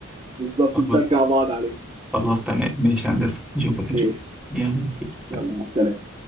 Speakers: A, on the right (about 25°); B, in the centre.
A: بالظبط
B: <laughs>
A: نشجع بعض عليه
B: خلاص تمام ماشي يا هندسة نشوفك إن
A: ماشي
B: شاء الله يلا سلام.
A: يلا مع السلامة